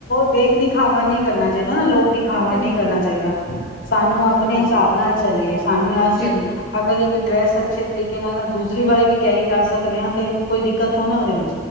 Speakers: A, on the left; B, in the centre.
A: ਦੇਖ ਦਿਖਾਵਾ ਨਹੀਂ ਕਰਨਾ ਚ ਨਾ ਲੋਕ ਦਿਖਾਵਾ
B: ਬਿਲਕੁਲ
A: ਨਹੀਂ ਕਰਨਾ ਚਾਹੀਦਾ, ਸਾਨੂੰ
B: ਹਾਂਜੀ
A: ਆਪਣੇ
B: ਹਾਂਜੀ
A: ਹਿਸਾਬ ਨਾਲ ਚਲੀਏ ਸਾਨੂੰ ਐਸੀਂ
B: ਚੱਲੀ
A: ਅਗਰ ਇੱਕ ਡਰੈਸ ਅੱਛੇ ਤਰੀਕੇ ਨਾਲ ਦੂਸਰੀ ਵਾਰੀ ਵੀ ਕੈਰੀ ਕਰ ਸਕਦੇ ਹਾਂ ਤੇ ਕੋਈ ਦਿੱਕਤ ਹੋ ਨਾ ਉਹਦੇ ਵਿੱਚ